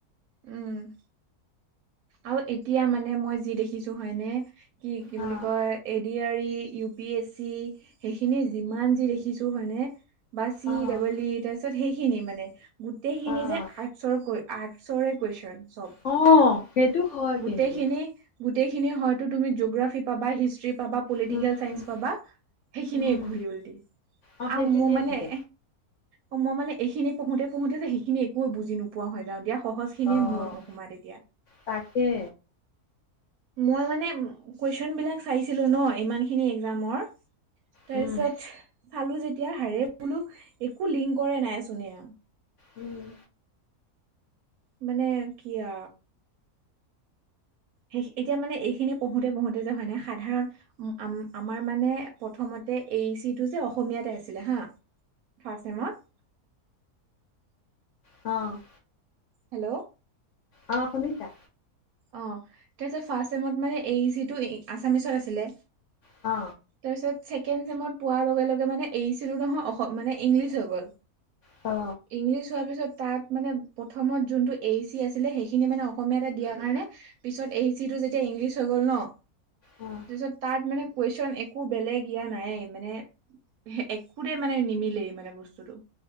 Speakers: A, on the right; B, on the left.
A: উম, আৰু এতিয়া মানে মই যি দেখিছোঁ হয়নে, কি কি
B: অ',
A: বুলি কয় A, D, R, E, U, P, S, C, সেইখিনি যিমান যি দেখিছোঁ হয়নে। বা চি
B: অ',
A: ডাবল ই তাৰপিছত সেইখিনি মানে গোটেইখিনি
B: অ',
A: যে আৰ্টচৰকৈ আৰ্টছৰে কুৱেছন চ'ব।
B: অ, সেইটো হয়।
A: গোটেইখিনি-
B: কিন্তু,
A: গোটেইখিনি হয়তো, তুমি জিগ্ৰাফি পাবা হিষ্ট্ৰি পাবা। পলিটিকেল
B: উম,
A: চাইঞ্চ
B: উম,
A: পাবা, সেইখিনিয়ে
B: উম,
A: ঘূৰি উল, দি
B: অ',
A: আৰু
B: সেইখিনিয়ে
A: মোৰ মানে
B: ঘূৰে।
A: অ, মই মানে এইখিনি পঢ়োতে, পঢ়োতে যে সেইখিন একো বুজিনোপোৱা হৈ, যওঁ দিয়া সহজ সি সখিনিয়ে
B: অ',
A: মূৰত নোসোমায় তেতিয়া
B: তাকে
A: মই, মানে কুৱেছন বিলাক চাইছিলো ন ইমান খিনি একজামৰ। তাৰপিছত
B: উম,
A: চালো যেতিয়া, হাৰে বোলো একো লিংকৰে নাই চোন এয়া,
B: উম,
A: মানে কিয়া সেই, এতিয়া মানে এইখিনি পঢ়োতে-পঢ়োতে যে হয় নাই সাধাৰণ আমাৰ মানে প্ৰথমতে এই চিটো যে অসমীয়াতে আছিলে হা ফাৰ্ষ্ট চেমট।
B: অ,
A: হেল্ল,
B: অ, শুনিছা?
A: অ, তে ফাৰ্ষট চেমত মানে এ, ই, চি, টো আছামিচত আছিলে।
B: অ,
A: তাৰপিছত ছেকেণ্ড চেমত, পোৱাৰ লগে লগে মানে, এই, ই, চি, টো নহয় অসম মানে ইংলিছ হৈ গ'ল।
B: অ,
A: ইংলিছ হোৱাৰ পিছত, তাত মানে প্ৰথমত যোনটো এ, ই, চি, আছিলে, সেইখিনি মানে অসমীয়াতে দিয়া কাৰণে পিছত, এ, ই, চি, টো যেতিয়া ইংলিছ হৈ গ'ল ন।
B: উম,
A: তাৰ পিছত তাত মানে কুৱেছন একো বেলেগ ইয়া নাই, মানে। একোটেই মানে নিমিলেই মানে বস্তুটো।